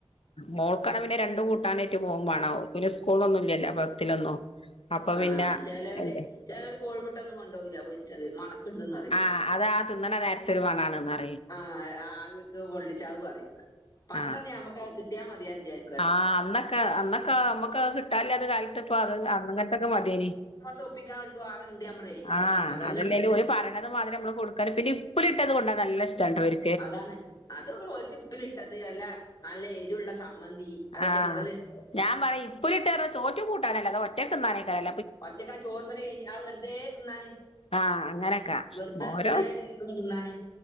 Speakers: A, on the left (about 80°); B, on the left (about 40°).
A: മോൾക്കാണേ പിന്നെ രണ്ട് കൂട്ടാന് റ്റ് പോവും മാണം അവർക് സ്കൂളൊന്നും ഇല്ലല്ലോ പത്തിലൊന്നും അപ്പൊ
B: ആഹ്
A: പിന്നെ
B: ചെലര്
A: എന്തെ
B: ചെലര് കോഴിമുട്ടൊന്നും കൊണ്ടോവുല്ല പൊരിച്ചത് മണക്കണ്ട്ന്ന്റിം.
A: ആഹ് അതാ ആ തിന്നണ നേരത്തെരു മണാണ്ന്നറിം
B: ആഹ് ആവിക്ക് പൊള്ളിച്ചാവ് പറിം പണ്ടൊന്ന്
A: ആഹ്
B: ഞമ്മക്കത് കിട്ടിയാൽ മതിയായ് വിചാരി.
A: ആഹ് അന്നൊക്കെ അന്നൊക്കെ നമ്മക്ക് കിട്ടാല്ലാത്തെ കാലത്ത്പ്പൊ അ അന്നങ്ങിനത്തൊക്കെ മതിയേന്
B: തോപ്പിക്കാൻ അവൽക്ക് വാറുണ്ട് നമ്മളെ
A: ആഹ്
B: അതാണ്
A: അതല്ലേലും
B: ആ
A: ഓല് പറയണത് മാതിരി മ്മള് കൊടുക്കാന് പിന്നെ ഇപ്പില് ഇട്ടത് കൊണ്ടാ നല്ല ഇഷ്ട്ടാണ് ഇവർ
B: അതാണ് അത് ഓൽക്ക് ഇപ്പിലിട്ടത് അല്ല നല്ല എരുള്ള സമ്മന്തി അതൊക്കെയാണ്
A: ആഹ്
B: ഓലെ ഇഷ്ടം
A: ഞാൻ പറയും ഇപ്പുലിട്ടത് ചോറ്റു കൂട്ടാനല്ല അതോ ഒറ്റ കിന്നാനേക്കാരം
B: ഒറ്റക്ക ആ ചോറും കറിയും ആ വെറുതെ തിന്നാന്
A: ആഹ് അങ്ങനൊക്കെ
B: വെറുതെ
A: ഓരോ
B: ഫ്രീ ആയിട്ട് ഇരിക്കുമ്പൊ തിന്നാന്